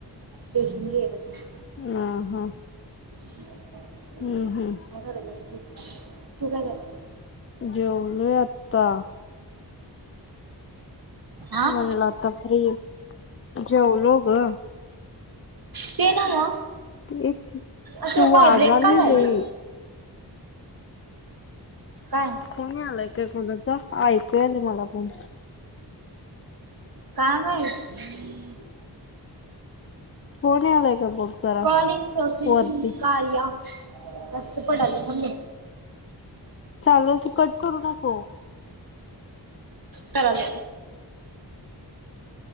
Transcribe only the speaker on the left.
ह हा
हम्म, हम्म.
जेवलोय आता.
म्हणलं
आता फ्री जेवलो ग
तेच
ते
वाजालय
लई
फोन आयलाय काय कोणाच ऐकू यायला मला फोन.
फोन आलाय का बघ जरा
वरती
चालू अस कट करू नको.